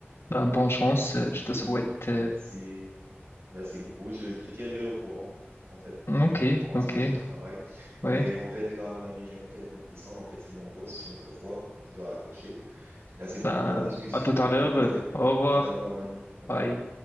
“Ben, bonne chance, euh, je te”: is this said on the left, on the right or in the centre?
Left